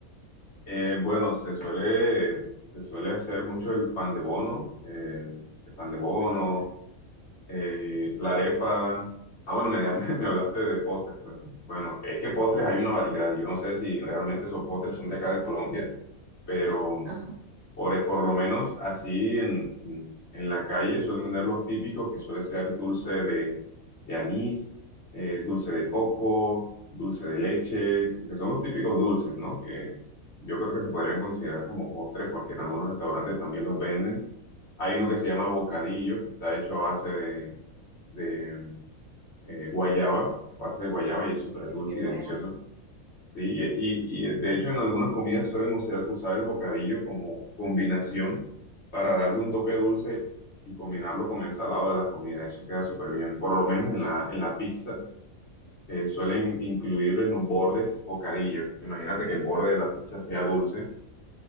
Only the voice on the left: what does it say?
Eh, bueno, se suele, se suele hacer mucho el pan de bono, eh, el pan de bono,
eh, la arepa. Ah, bueno, me, <laughs> me hablaste de postres, perdón. Bueno, es que postres hay una variedad. Yo no sé si realmente esos postres
son de acá de Colombia pero
por, por lo menos así en, en- en la calle suelen vender los típicos que suele ser dulce de, de anís, eh, dulce de coco, dulce de leche, que son los típicos dulces, ¿no? Que yo creo que se podrían considerar como postres porque en algunos restaurantes también los venden. Hay uno que se llama bocadillo, que está hecho a base de, de, eh, guayaba, a base de guayaba y es súper
dulce
y
delicioso. Sí, y, y- y de hecho en algunas comidas suelen usar, usar el bocadillo como combinación para darle un toque dulce y combinarlo con el salado de las comidas. Eso queda súper bien. Por lo menos en la, en la pizza eh, suelen incluir en los bordes bocadillo. Imagínate que el borde de la pizza sea dulce.